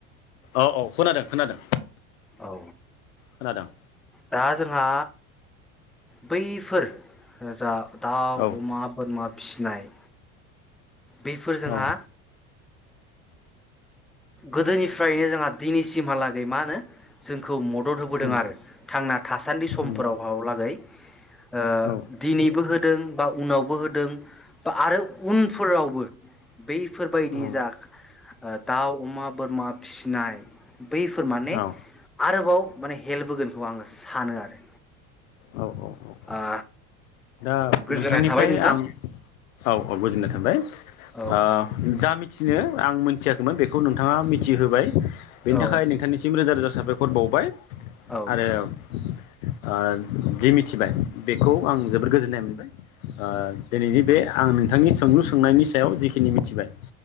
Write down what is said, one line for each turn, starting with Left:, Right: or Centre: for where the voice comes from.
Left: औ औ। खोनादों खोनादों।
Centre: औ ओ
Left: खोनादों
Centre: दा जोंहा बैफोर जा दाव
Left: औ
Centre: अमा बोरमा फिसिनाय बैफोर जोंहा
Left: औ
Centre: गोदोनिफ्रायनो जोंहा दिनैसिमहालागै मा होनो जोंखौ मदद होबोदों
Left: उम
Centre: आरो थांना थासान्दि समफोरावहालागै
Left: उम
Centre: ओ
Left: औ
Centre: दिनैबो होदों- बा उनावबो होदों बा आरो उनफोरावबो बैफोरबायदि
Left: औ
Centre: जा ओ- अमा बोरमा फिसिनाय बैफोर माने
Left: औ
Centre: आरोबाव माने हेल्प होगोनखौ आंङो सानो आरो
Left: औ औ औ
Centre: ओ
Left: दा
Centre: गोजोननाय
Left: नोंथांनिफ्राय
Centre: थाबाय नोंथां
Left: आं औ औ गोजोननाय थाबाय। आ
Centre: औ
Left: जामि मिथिनो आं मिथियाखैमोन बेखौ नोंथाङा मिथिहोबाय। बेनि
Centre: औ
Left: थाखाय नोंथांनिसिम रोजा रोजा साबायखर बावबाय
Centre: औ नोंथां
Left: आरो ओम ओ जि मिथिबाय बेखौ आं जोबोद गोजोननाय मोनबाय । ओ दिनैनि बे आं नोंथांनि सोंलु सोंनायनि सायाव जिखिनि मिथिबाय